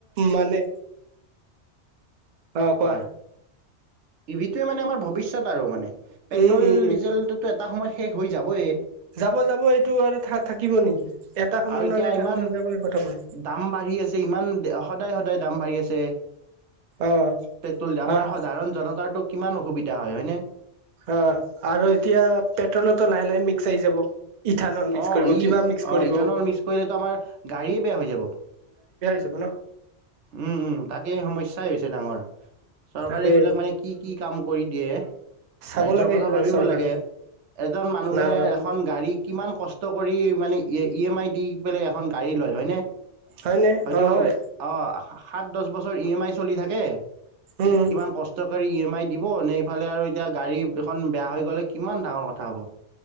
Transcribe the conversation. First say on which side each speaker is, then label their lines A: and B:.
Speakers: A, on the right; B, on the right.
A: মানে অ কোৱা
B: হয়। ইভিটোৱে মানে আমাৰ ভৱিষ্যত আৰু মানে পেট্ৰল-ডিজেলতটো
A: উম উম
B: এটা সময়ত শেষ হৈ যাবই।
A: যাব-যাব এইটো আৰু থা থাকিব নেকি? এটা সময়ত
B: আৰু এতিয়া
A: নহলে এটা
B: ইমান
A: সময়ত যাব খতম হয়
B: দাম বাঢ়ি আছে, ইমান সদায়-সদায় দাম বাঢ়ি আছে। <unintelligible>
A: অ'
B: পেট্ৰল
A: হয়,
B: আমাৰ সাধাৰণ জনতাৰতো কিমান অসুবিধা হয় হয়নে
A: অ' আৰু এতিয়া পেট্ৰলতো লাহে লাহে মি চাৰি যাব। ইথানল মিক্স
B: অ'
A: কৰিব
B: ই
A: কিবা মিক্স কৰিব
B: অ' ইথানল মিক্স কৰিলেতো আমাৰ গাড়ীয়ে বেয়া হৈ যাব।
A: জাবো ন।
B: উম-উম তাকেই সমস্যাই হৈছে ডাঙৰ। চৰকাৰে
A: তাকেই
B: এইবিলাক মানে কি-কি কাম কৰি দিয়ে,
A: চাব
B: ৰাইজৰ
A: লাগে
B: কথা
A: এইবিলাক
B: ভাবিব
A: চৰকাৰে
B: লাগে এজন মানুহে
A: নাভাবে
B: এখন গাড়ী কিমান কষ্ট কৰি মানে ই ই এম আই দি পেলে এখন গাড়ী লয় হয়নে।
A: হয়নে
B: হয়তো
A: অ', হয়।
B: অঁ, সাত দহ বছৰ ই এম আই চলি থাকে।
A: উম
B: কিমান কষ্টকৰি ই এম আই দিবনে এইফালে আৰু এতিয়া গাড়ী দুখন বেয়া হৈ গ'লে কিমান ডাঙৰ কথা হ'ব।